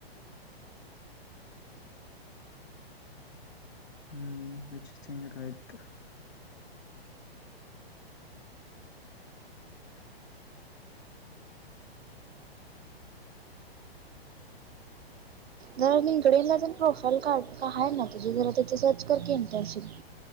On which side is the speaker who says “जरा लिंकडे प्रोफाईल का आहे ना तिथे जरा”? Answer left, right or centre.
Right